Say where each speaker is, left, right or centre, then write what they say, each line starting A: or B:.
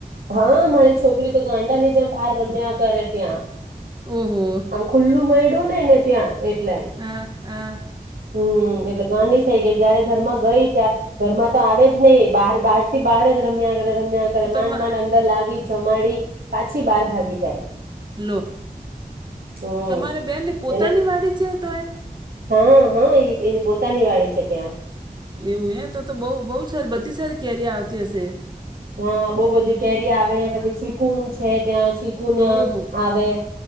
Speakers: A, on the right (about 80°); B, on the right (about 30°).
A: હા મારી છોકરી તો ગાંડા ની જેમ બાર રમ્યા કરે ત્યાં.
B: ઓહો
A: આમ ખુલ્લું મળડ્યું નહ ને ત્યાં એટલે.
B: હા હા
A: હમ એટલે ગાંડી થઇ ગઈ જયારે ઘર માં ગઈ ત્યારે ઘરમાં તો આવે જ નહીિ બહાર બહાર થી બહાર જ રમ્યા કર રમ્યા કરે
B: તો તમા
A: માંડ માંડ અંદર લાવી જમાડી, પાછી બાર ભાગી જાય.
B: લો
A: હમ
B: તમારે બેનને પોતાની
A: એને
B: વાડી છે તોય?
A: હા હા એ એની પોતાની વાળી છે ત્યાં.
B: એવું એ તો તો બહુ બહુ સારી બધી સારી કેરી આવતી હશે.
A: હા, બહુ બધી કેરી આવે પછી ચીકુ નું છે ત્યાં ચીકુના
B: ઓહો
A: આવે